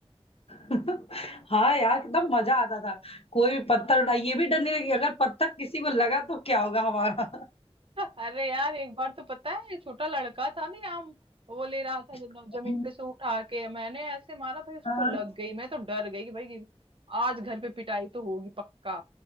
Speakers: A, on the left (about 65°); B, on the right (about 55°).
A: <laughs> हाँ यार कितना मजा आता था कोई भी पत्थर उठा ये भी डर नहीं लगी अगर पत्थर किसी को लगा तो क्या होगा हमारा
B: अरे यार एक बार तो पता है छोटा लड़का था ना आम वो ले रहा था जब-
A: <laughs>
B: जमीन पे से उठा के मैंने ऐसे मारा भाई उसको
A: हाँ,
B: लग गई मैं तो डर गई कि भाई आज घर पे पिटाई तो होगी पक्का